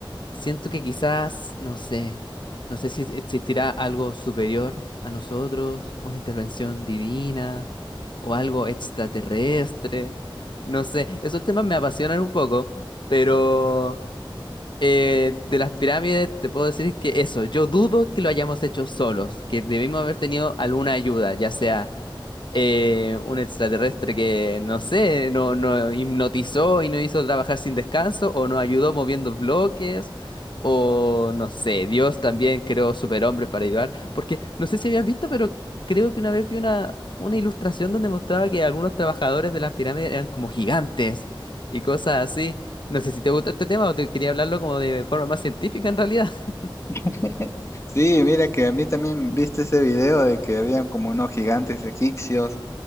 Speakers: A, on the left (about 60°); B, on the left (about 35°).
A: Siento que quizás, no sé, no sé si existirá algo superior a nosotros, una intervención divina o algo extraterrestre. No sé, esos temas me apasionan un poco, pero eh, de las pirámides te puedo decir que eso, yo dudo que lo hayamos hecho solos, que debimos haber tenido alguna ayuda, ya sea eh, un extraterrestre que, no sé, no, no hipnotizó y no hizo trabajar sin descanso, o nos ayudó moviendo bloques, o no sé, Dios también creó superhombres para ayudar. Porque no sé si habías visto, pero creo que una vez vi una, una ilustración donde mostraba que algunos trabajadores de las pirámides eran como gigantes y cosas así. No sé si te gusta este tema o te quería hablarlo como de forma más científica en realidad. <laughs>
B: <laughs> Sí, mira que a mí también viste ese video de que habían como unos gigantes egipcios